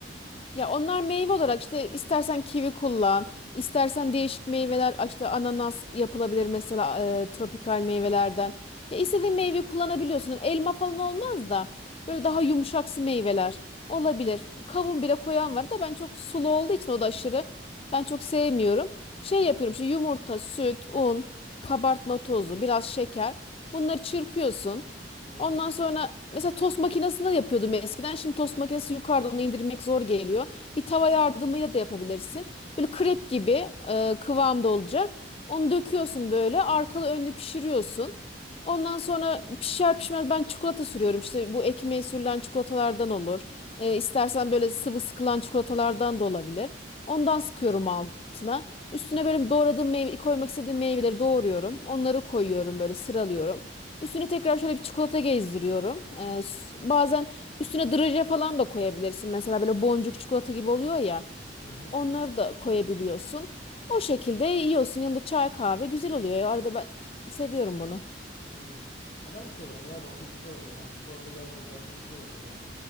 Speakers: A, on the left; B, on the left.
A: Ya onlar meyve olarak işte istersen kivi kullan, istersen değişik meyveler işte ananas yapılabilir mesela e, tropikal meyvelerden. Ya istediğin meyve kullanabiliyorsun. Elma falan olmaz da böyle daha yumuşaksı meyveler olabilir. Kavun bile koyan var da ben çok sulu olduğu için o da aşırı ben çok sevmiyorum. Şey yapıyorum işte yumurta, süt, un, kabartma tozu, biraz şeker. Bunları çırpıyorsun.
B: Hı
A: Ondan sonra mesela tost makinesinde yapıyordum eskiden. Şimdi tost makinesi yukarıdan onu indirmek zor geliyor. Bir tava yardımıyla da yapabilirsin. Böyle krep gibi e, kıvamda olacak. Onu döküyorsun böyle arkalı önlü pişiriyorsun. Ondan sonra pişer pişmez ben çikolata sürüyorum. İşte bu ekmeğe sürülen çikolatalardan olur. E, istersen böyle sıvı sıkılan çikolatalardan da olabilir. Ondan sıkıyorum altına. Üstüne böyle doğradığım meyve, koymak istediğim meyveleri doğruyorum. Onları koyuyorum böyle sıralıyorum. Üstüne tekrar şöyle bir çikolata gezdiriyorum. Ee, s- bazen üstüne draje falan da koyabilirsin. Mesela böyle boncuk çikolata gibi oluyor ya.
B: hı. hı.
A: Onları da koyabiliyorsun. O şekilde yiyorsun. Yanında çay kahve güzel oluyor. Ya. Arada ben seviyorum bunu.
B: Hmm. Ya ben de seviyorum ya. Waffle güzel oluyor. Hani çikolatalı her şey zaten güzel olur ya.